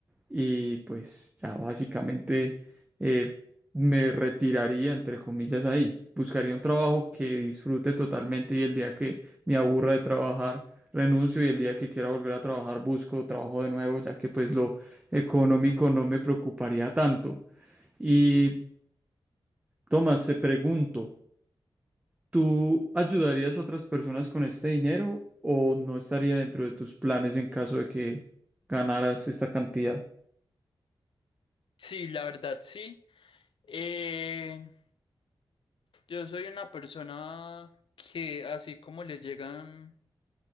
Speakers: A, on the right (about 15°); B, on the left (about 70°).
A: y pues ya básicamente eh, me retiraría, entre comillas, ahí. Buscaría un trabajo que disfrute totalmente y el día que me aburra de trabajar, renuncio y el día que quiera volver a trabajar, busco trabajo de nuevo, ya que pues lo económico no me preocuparía tanto. Y Tomás, te pregunto, ¿tú ayudarías a otras personas con este dinero o no estaría dentro de tus planes en caso de que ganaras esta cantidad?
B: Sí, la verdad, sí. Eh, yo soy una persona que así como le llegan